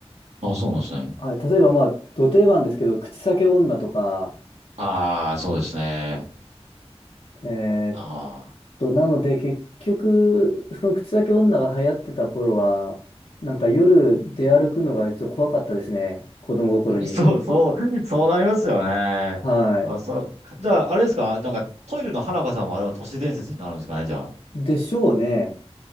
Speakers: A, on the right (about 85°); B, on the left (about 60°).
A: あ、そうなんですね。
B: はい、例えば、まあ、ど定番ですけど、口裂け女とか、
A: ああ、そうですね。
B: えーっ
A: ああ。
B: と、なので、結局、その口裂け女が流行ってた頃は、なんか夜出歩くのがちょっと怖かったですね。子供心に。
A: <laughs> そう、そう、そうなりますよね。
B: はい。
A: あ、そう。じゃあ、あれですかなんか、トイレの花子さんもあれは都市伝説になるんですかねじゃ
B: でしょうね。